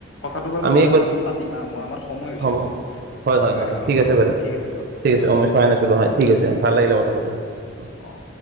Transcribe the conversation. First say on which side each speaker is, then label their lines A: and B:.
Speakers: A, on the left; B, on the right.
A: কথাটো বাৰু
B: আমি
A: মই
B: একবাৰ
A: আপোনাল লগত পাতিমা মই আমাৰ সময় হৈছে।
B: হ'ব হয় হয়
A: মই
B: হয় হয়
A: অ
B: ঠিক আছে
A: ক-
B: বাৰু
A: ঠিক আছে বাৰু
B: ঠিক আছে
A: হয়
B: অ
A: হয়
B: মই চোৱাই নাছিলোঁ হয় ঠিক আছে ভাল লাগিলে কথা পাতি হা।
A: অঁ।